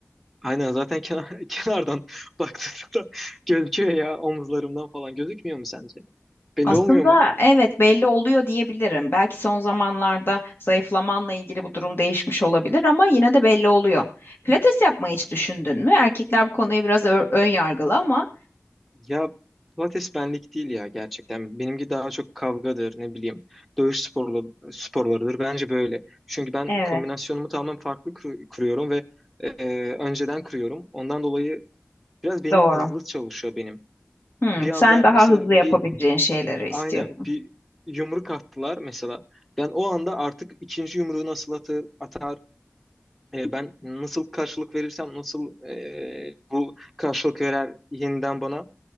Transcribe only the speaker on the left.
Aslında
evet belli oluyor diyebilirim. Belki son zamanlarda zayıflamanla ilgili bu durum değişmiş olabilir ama yine de belli oluyor. Pilates yapmayı hiç düşündün mü? Erkekler bu konuya biraz ö- ön yargılı ama
evet
doğru.
Hmm,
sen daha
hızlı
yapabileceğin şeyleri istiyorsun.